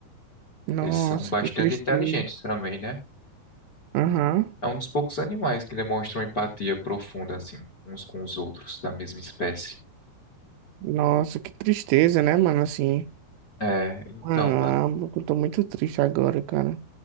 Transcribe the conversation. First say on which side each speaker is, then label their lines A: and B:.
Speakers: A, on the right; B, on the left.
A: Nossa,
B: Eles são bastante
A: que tristeza.
B: inteligentes também, né?
A: Aham.
B: É um dos poucos animais que demonstram empatia profunda, assim, uns com os outros, da mesma espécie.
A: Nossa, que tristeza, né, mano? Assim.
B: É, então,
A: Mano,
B: mano.
A: ah, eu tô muito triste agora, cara.